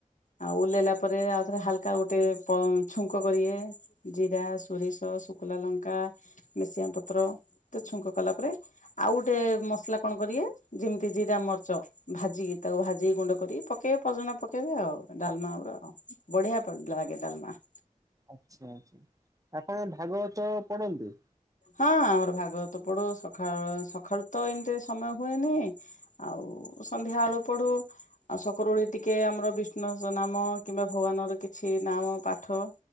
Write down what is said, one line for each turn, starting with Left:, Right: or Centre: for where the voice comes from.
Left: ଆଉ ଓହ୍ଲେଇଲା ପରେ ଆଉଥରେ ହାଲକା ଗୋଟେ <unintelligible> ଛୁଙ୍କ କରିବେ। ଜିରା, ଶୋରିଷ, ଶୁଖିଲା ଲଙ୍କା ଭେର୍ସୁଙ୍ଗା ପତ୍ର ତ ଛୁଙ୍କ କଲା ପରେ ଆଉ ଗୋଟେ <unintelligible> ମସଲା କଣ କରିବେ ଯେମିତି ଜିରା ମରିଚ। ଭାଜିକି ତାକୁ ଭାଜିକି ଗୁଣ୍ଡ କରିକି ପକେଇବେ ପଜନା ପକେଇବେ ଆଉ ଡ଼ାଲମା <unintelligible> ବଢ଼ିଆ ଲାଗେ ଡ଼ାଲମା।
Right: ଆଚ୍ଛା ଆଚ୍ଛା ଆପଣ ଭାଗବତ ପଢ଼ନ୍ତି?
Left: ହଁ ଆମର ଭାଗବତ ପଢୁ ସକାଳୁ ସକାଳୁ ତ ଏମିତିରେ ସମୟ ହୁଏନି। ଆଉ ସନ୍ଧ୍ୟାବେଳୁ ପଢୁ। ଆଉ ସକାଳ ଓଳି ଟିକେ ଆମର ବିଷ୍ଣୁ ଙ୍କ ନାମ କିମ୍ବା ଭଗବାନର କିଛି ନାମ ପାଠ।